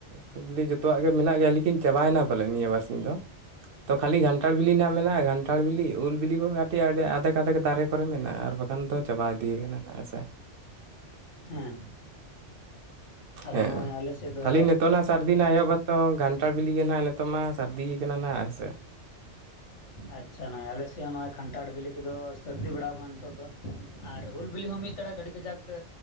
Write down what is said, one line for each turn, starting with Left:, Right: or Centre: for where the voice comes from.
Right: ᱥᱚ ᱵᱤᱞᱤ ᱡᱚᱛᱚᱣᱟᱜ ᱜᱮ ᱢᱮᱱᱟᱜ ᱜᱮᱭᱟ ᱞᱮᱠᱤᱱ ᱪᱟᱵᱟᱭ ᱮᱱᱟ ᱯᱟᱞᱮ ᱱᱤᱭᱟᱹ ᱵᱟᱨᱥᱤᱧ ᱫᱚ ᱛᱚ ᱠᱷᱟᱹᱞᱤ ᱜᱷᱟᱱᱴᱟᱲ ᱱᱟᱦ ᱢᱮᱱᱟᱜᱼᱟ ᱜᱷᱟᱱᱴᱟᱲ ᱵᱤᱞᱤ ᱩᱞ ᱵᱤᱞᱤ ᱠᱚ ᱠᱟᱹᱴᱤᱜ ᱟᱰᱤ ᱟᱫᱷᱮᱠ ᱟᱫᱷᱮᱠ ᱫᱟᱨᱮ ᱠᱚᱨᱮ ᱢᱮᱱᱟᱜᱼᱟ ᱟᱨ ᱵᱟᱠᱷᱟᱱ ᱫᱚ ᱪᱟᱵᱟ ᱤᱫᱤᱭ ᱟᱠᱟᱱᱟ ᱦᱮᱸ ᱥᱮ
Left: ᱦᱮᱸ ᱟᱫᱚ
Right: ᱦᱮᱸ
Left: ᱱᱚᱜᱼᱚᱭ ᱟᱞᱮ ᱥᱮᱫ ᱫᱚ
Right: ᱠᱷᱟᱹᱞᱤ <unintelligible> ᱜᱷᱟᱱᱴᱟᱲ ᱵᱤᱞᱤ ᱜᱮ ᱱᱟᱦᱟᱜ ᱱᱤᱛᱚᱜ ᱢᱟ ᱥᱟᱹᱨᱫᱤᱭ ᱟᱠᱟᱱᱟ ᱱᱟᱦᱟᱜ ᱦᱮᱸᱥᱮ
Left: ᱟᱪᱪᱷᱟ ᱱᱚᱜᱼᱚᱭ ᱟᱞᱮ ᱥᱮᱫ ᱦᱚᱸ ᱱᱚᱜᱼᱚᱭ ᱠᱷᱟᱱᱴᱟᱲ ᱵᱤᱞᱤ ᱠᱚᱫᱚ ᱥᱟᱹᱨᱫᱤ ᱵᱟᱲᱟ ᱟᱠᱟᱱᱟ ᱱᱤᱛᱚᱜ ᱫᱚ ᱟᱨ ᱦᱩᱞ ᱵᱤᱞᱤ ᱦᱚᱸ ᱢᱤᱫ ᱛᱟᱲᱟᱠ ᱟᱹᱰᱤ ᱠᱟᱡᱟᱠ